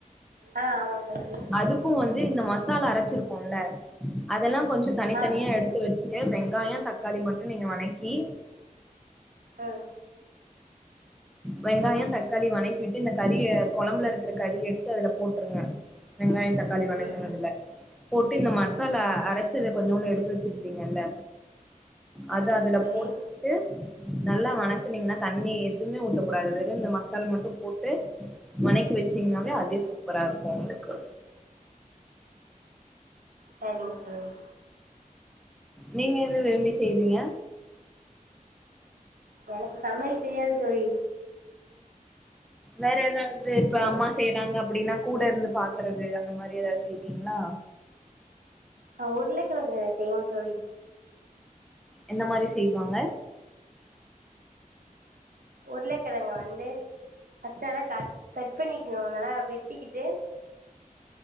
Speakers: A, on the right; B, in the centre.
A: ஆ ஆமா தோழி
B: அதுக்கு வந்து இந்த மசாலா அரச்சிருப்போம்ல அதெல்லா கொஞ்சொ தனித்தனியா
A: ஆ ம்
B: எடு த்து வச்சிட்டு வெங்காயோ தக்காளி மட்டு நீங்க வணக்கி
A: ம்
B: வெங்காயோ தக்காளி வணக்கி விட்டு இந்த கறிய கொழம்புலருக்ற கறிய எடுத்து அதுல போட்ருங்க வெங்காயொ தக்காளி வணக்குனதுல
A: ம்
B: போட்டு இந்த மசாலா
A: ம்
B: அரச்சத கொஞ்சோன்னு எடுத்து வச்சிருப்பீங்கள்ல அது
A: ஆமாம்
B: அதுல
A: தோழி
B: போட்டு நல்லா வணக்குனீங்னா தண்ணி எதுமே ஊத்தக்கூடாது வெறு இந்த மசால் மட்டு போட்டு வணக்கி வச்சீங்கன்னாவே
A: ம்
B: அதே சூப்பராருக்கு உங்ளுக்கு
A: செரிங்க தோழி
B: நீங்க எத விரும்பி செய்வீங்க
A: எனக்கு சமையல் தெரியாது தோழி
B: வேற எதாவ்து இப்ப
A: உ-
B: அம்மா செய்றாங்க அப்டின்னா கூடருந்து பாக்கறது அந்த மாரி எதா செய்வீங்ளா
A: ஆ உர்ளக்கழங்கு செய்வோ தோழி
B: எந்த மாரி செய்வாங்க
A: உர்ளக்கெழங்க வந்து ஃபர்ஸ்ட்டு அத கட் கட் பண்ணிக்க நல்லா வெட்டிக்கிட்டு